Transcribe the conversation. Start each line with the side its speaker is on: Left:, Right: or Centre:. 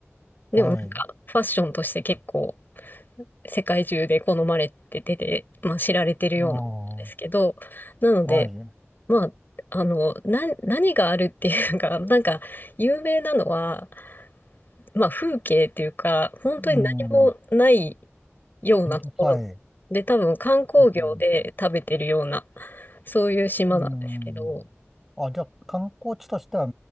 Left: でもなんかファッションとして結構
Centre: はい。
Left: 世界中で好まれてて、まあ、知られてるようなんですけど、
Centre: ああ、
Left: なので、
Centre: はい。
Left: まあ、あの、な、何があるっていうか、なんか有名なのは、まあ、風景っていうか、本当に何もない
Centre: うん。
Left: ようなところ
Centre: <laughs> はい。
Left: で、多分観光業で食べてるような、
Centre: うん。
Left: そういう島なんですけど、
Centre: うん。あ、じゃあ、観光地としては